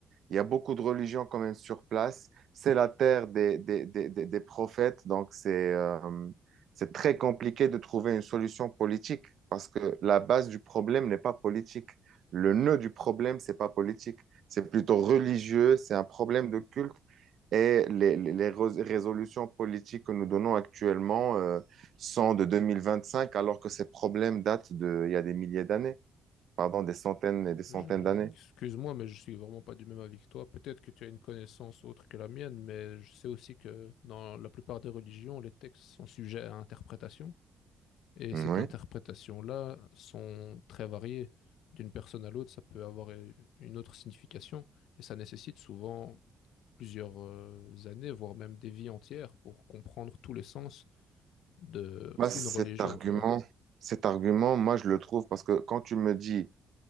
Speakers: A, on the right (about 65°); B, on the left (about 85°).
A: il y a beaucoup de religions quand même sur place. C'est la terre des, des, des, des, des prophètes, donc c'est euh, c'est très compliqué de trouver une solution politique parce que la base du problème n'est pas politique. Le nœud du problème, c'est pas politique. C'est plutôt religieux, c'est un problème de culte. Et les, les- les rés- résolutions politiques que nous donnons actuellement euh, sont de 2025, alors que ces problèmes datent de, il y a des milliers d'années, pardon, des centaines et des centaines
B: Je-
A: d'années.
B: Excuse-moi, mais je suis vraiment pas du même avis que toi. Peut-être que tu as une connaissance autre que la mienne, mais je sais aussi que dans la plupart des religions, les textes sont sujets à interprétation. Et
A: Oui.
B: cette interprétation-là sont très variées. D'une personne à l'autre, ça peut avoir euh, une autre signification. Et ça nécessite souvent plusieurs euh, années, voire même des vies entières pour comprendre tous les sens de
A: Moi,
B: une
A: cet
B: religion,
A: argument,
B: tu vois.
A: cet argument, moi, je le trouve parce que quand tu me dis